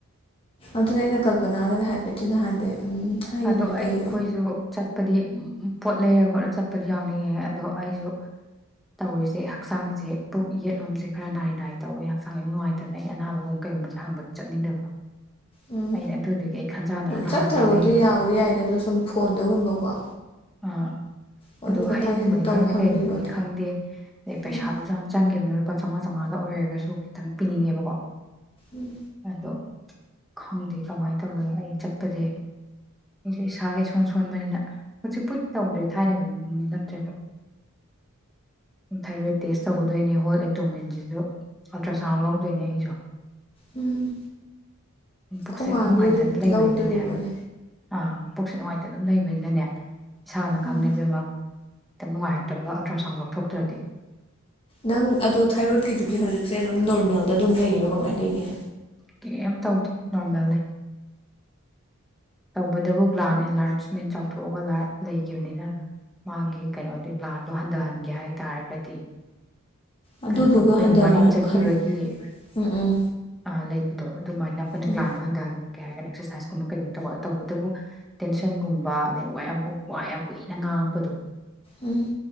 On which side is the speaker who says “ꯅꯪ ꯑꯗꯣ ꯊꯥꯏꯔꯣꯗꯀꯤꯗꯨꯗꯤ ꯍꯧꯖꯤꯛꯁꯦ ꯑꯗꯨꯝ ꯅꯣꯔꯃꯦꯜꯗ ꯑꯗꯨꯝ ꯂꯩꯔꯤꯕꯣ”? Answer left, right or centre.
Left